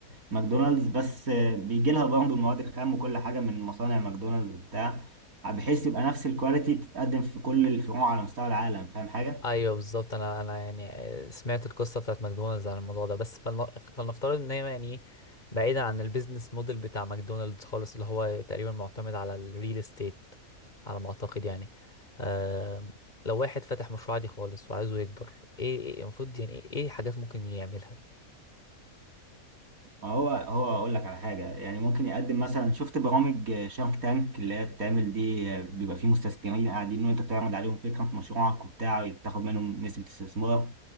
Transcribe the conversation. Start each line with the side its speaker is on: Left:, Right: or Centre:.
Right: ماكدونالدز بس بيجي لها برضه المواد الخام وكل حاجة من مصانع ماكدونالدز وبتاع بحيث يبقى نفس الكواليتي بتتقدم في كل الفروع على مستوى العالم فاهم حاجة؟
Left: ايوه بالظبط انا انا يعني سمعت القصة بتاعت ماكدونالدز عن الموضوع ده بس فلن- فلنفترض ان هي يعني بعيدا عن البيزنس موديل بتاع ماكدونالدز خالص اللي هو تقريبا معتمد على الريل استيت على ما اعتقد يعني آم، لو واحد فتح مشروع عادي خالص وعايزه يكبر ايه إيه- المفروض يعني ايه حاجات ممكن يعملها
Right: ما هو هو اقول لك على حاجة يعني ممكن يقدم مثلا شفت برامج شارك تانك اللي هي بتعمل دي بيبقى فيه مستثمرين قاعدين وانت بتعرض عليهم فكرة مشروعك وبتاع وبتاخد منهم نسبة استثمار